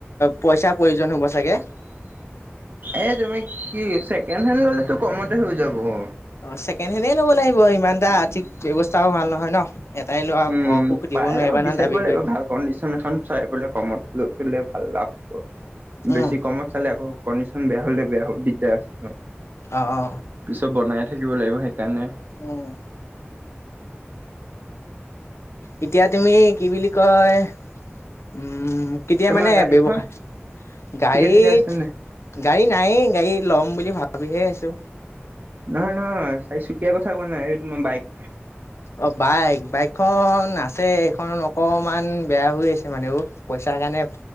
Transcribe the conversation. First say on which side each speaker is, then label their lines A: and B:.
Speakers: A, on the left (about 80°); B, on the right (about 45°).
A: পইচা প্ৰয়োজন হ'ব চাগে
B: এ তুমি কি হৈছে। তেনেহলে তো কমতে হৈ যাব, অ।
A: অ, ছেকেণ্ড হেণ্ডে লব লাগিব ইমান এটা আৰ্থিক ব্যৱস্থাও ভাল নহয় ন। এটাই ল'ৰা
B: উম,
A: ঘৰকো সুধিব
B: পাই
A: নোৱাৰিবা
B: যাব
A: নহয়
B: বিচাৰিব
A: দাবী
B: লাগিব
A: কৰি
B: ভাল কণ্ডিচন এখন চাই পেলাই কমত লৈ থৈ দিলে আল্লাহাপুৰ।
A: উম
B: বেছি কমত চালে আকৌ কণ্ডিচন বেয়া হলে বেয়া দিগদাৰ আছে।
A: অ অ
B: পিছত বনাই খুজিব লাগিব হে কানে
A: উম এতিয়া তুমি কি বুলি কয়, উম। কেতিয়া
B: তোমাৰ
A: মানে
B: গাড়ীখন
A: ব্যৱসায় গাড়ীত,
B: ঠিকে থাকে আছে নে?
A: গাড়ী নায়েই গাড়ী ল'ম বুলি ভাবো ভাবিহে আছো।
B: নহয়- নহয় চাৰিচুকীয়াৰ কথা কোৱা নাই, এই তোমাৰ বাইক
A: অ বাইক বাইকখন আছে এইখন অকমান বেয়া হৈ আছে মানে পইচাৰ কাৰণে